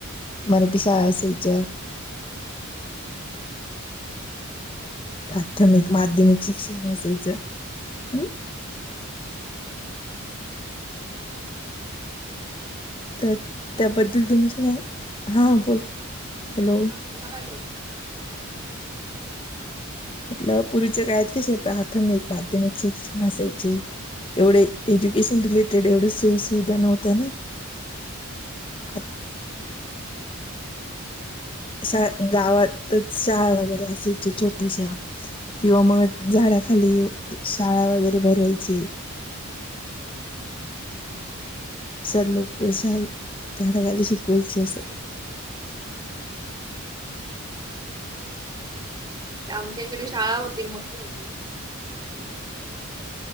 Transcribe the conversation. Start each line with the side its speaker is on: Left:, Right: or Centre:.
Left: मरठी शाळा
Right: हो
Left: असायच्या.
Right: ना हा
Left: प्राथमिक,
Right: आता
Left: माध्यमिक
Right: तेच
Left: शिक्षण असायचं. हम्म
Right: हो हो
Left: तर
Right: हॅलो
Left: त्याबद्दल तुमच काय-
Right: हा
Left: हा बोल हॅलो.
Right: हा बोला काय बोलताय? हा बोला.
Left: म्हटलं पूर्वीच्या काळात कसे प्राथमिक माध्यमिक शिक्षण असायचे एवढे एज्युकेशन रिलेटेड एवढ्या सोयी सुविधा नव्हत्या ना.
Right: हां.
Left: आत- शा गावातच शाळा वगैरे असायची छोट्याशा. किंवा मग
Right: हो हो
Left: झाडाखाली शाळा वगैरे भरवायची.
Right: हम्म
Left: सर लोक शाळेत झाडाखाली शिकवायची असं.
Right: हा आमच्या इकडे म्हणजे कसं होतं. म्हणजे आमच्या इकडे शाळा होती मोठी होती सातवी पर्यंत.